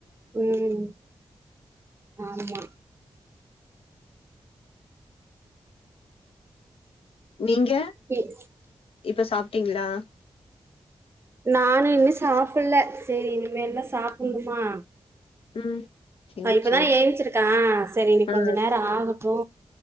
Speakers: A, on the right; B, on the left.
A: ம் ஆமா
B: நீங்க
A: <unintelligible>
B: இப்ப சாப்டீங்களா
A: நானு இன்னு சாப்பில்ல செரி இனிமேல் தா <unintelligible>
B: ம் சேரி
A: இப்பதா
B: சேரி
A: ஏஞ்சிருக்கா செரி இன்னிக்
B: ஆ
A: கொஞ்ச நேரோ ஆகட்டு